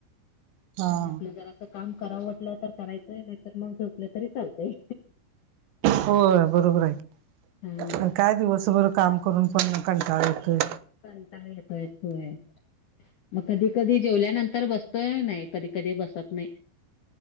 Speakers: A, on the right (about 80°); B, on the left (about 75°).
A: हा
B: आणि आपलं जरा असं काम करावं वाटलं, तर करायचंय नाहीतर मग झोपलं तरी चालतय.
A: होय, बरोबर आहे
B: हा
A: आणि काय दिवसभर काम करून पण कंटाळा येतोय.
B: कंटाळा येतोय होय, मग कधी कधी जेवल्यानंतर बस तोय, नाही कधी कधी बसत नाही.